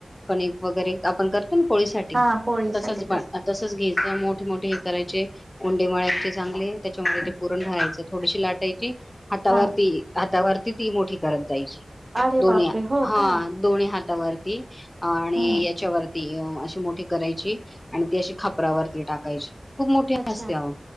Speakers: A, on the left (about 25°); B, on the right (about 35°).
A: कणिक वगैरे आपण कर पोळी साठी
B: हा पोळीसाठी
A: तसच ब तसच घे. मोठी मोठी. करायचे उंडे मळायचे चांगले त्याच्यामध्ये ते पुरण घालायचे थोडीशी लाटायची. हातावरती
B: हा
A: हातावर कीती मोठी करत. ताईची,
B: अरे
A: दोन्
B: बापरे
A: हात
B: हो
A: हा
B: का
A: दोनी हात. हातावरती. आणि
B: हा
A: याच्यावर ती अशी मोठी करायची आणि ती अशी खापरावरती टाकायची. खूप मोठी
B: अच्छा!
A: असते अहो